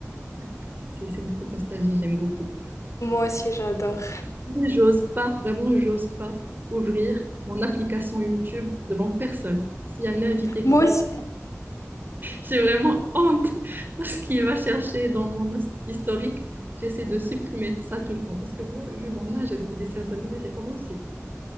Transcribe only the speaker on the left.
moi aussi j'adore.
Moi aussi.